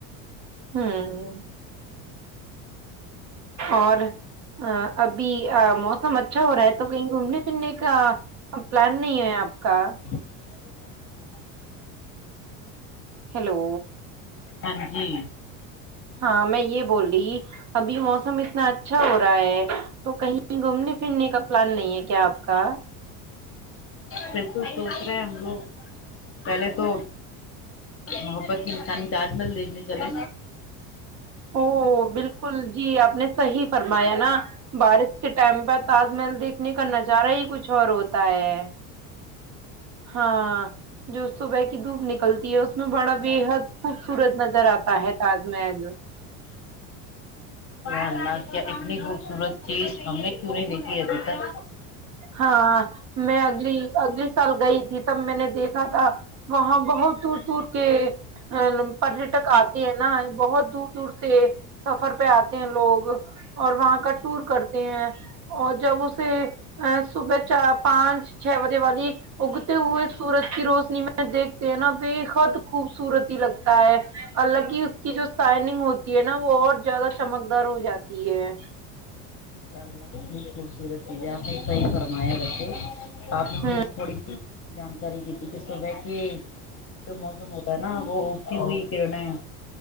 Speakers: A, on the right (about 40°); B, on the left (about 30°).
A: ہوں اور ا اب موسم اچھا ہو رہا ہے تو کہیں گھومنے پھرنے کے کا پلان نہیں ہے آپ کا
B: سر
A: ہیلو
B: ہاں جی
A: ہاں میں یہ بول رہی ابھی موسم اتنا اچھا ہو رہا ہے تو کہیں گھومنے پھرنے کا پلان نہیں ہے کیا آپ کا
B: بیکو س ے ہم لوگ پہلے تو محبت کی مانی تاج محل دیکھنے چلے
A: او بالکل جی آپ نے صحیح فرمایا نا بارش کے ٹائم پر تاج محل دیکھنے کا نظارہ ہی کچھ اور ہوتا تا ہے ہاں جو صبح کی دھکھ نک نکلتی ہے اس میں بڑا بےحد خوبصورت نظر آتا ہے تاج محل
B: و اللہ کیا اتنی خوبصورت چیز ہم نے کیوں نہیں دیکھی ابھی تک
A: ہاں میں اگلی اگلی سال گئی تب میں نے دیک تھا وہاں بہت دور دور کے ا پریٹک آتے ہیں نا بہت دور دور سے سفر پہ آتے ہیں لوگ اور وہاں کا ٹور کرتے ہیں اور جب اسے صبح چار پانچ چھ بجے والی اگتے ہوئے سورج کی روشنی دیکھتے ہیں نا ا بحد خوبصورت ہی لگتا ہے الگ ہی کی جو سائنگ ہوتی نا وہ اور زیادہ چمکدار ہو جاتی ہے
B: ال خصور ج صی پر وچی آپ
A: ہوں
B: نے تھوڑی س جان کراری گی ت کہ صبح کے جو موسم ہوتا ہے نا وہ کت کر ن